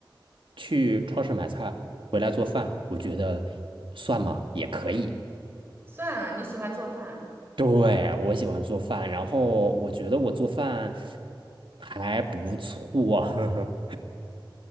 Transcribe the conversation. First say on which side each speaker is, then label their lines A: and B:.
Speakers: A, on the right; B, on the right.
A: 去超市买菜，回来做饭，我觉得算吗？也可以。
B: 算了，你喜欢做饭
A: 对，我喜欢做饭，然后我觉得我做饭还不错，<laughs> 呵呵，